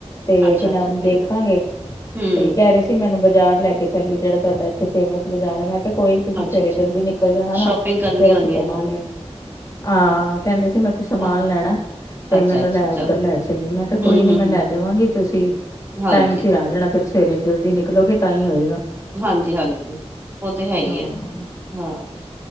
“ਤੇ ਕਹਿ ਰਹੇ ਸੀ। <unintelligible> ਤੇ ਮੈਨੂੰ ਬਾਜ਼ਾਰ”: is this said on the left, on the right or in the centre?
Left